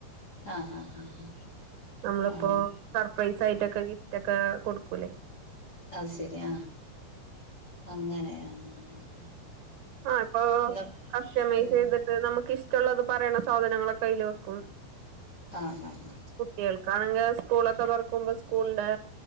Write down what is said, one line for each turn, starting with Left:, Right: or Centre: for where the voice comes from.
Left: ആഹ് ആഹ് ആഹ്
Right: നമ്മളിപ്പോ
Left: ആഹ്
Right: സർപ്രൈസ് ആയിട്ടൊക്കെ ഗിഫ്റ്റ് ഒക്കെ കൊടുക്കൂല്ലേ
Left: അത്ശരി ആഹ് അങ്ങനെ അ ആഹ്
Right: ആഹ് ഇപ്പൊ
Left: ആഹ്
Right: കസ്റ്റമൈസെയ്ത്
Left: ഉം
Right: ട്ട് നമ്മക്ക് ഇഷ്ടള്ളത് പറയണ സാധനങ്ങളൊക്കെ അയ്ല് വെക്കും
Left: ആഹ് ആഹ്
Right: കുട്ടികൾക്കാണെങ്കി സ്കൂളൊക്കെ തൊറക്കുമ്പോ സ്കൂൾന്റെ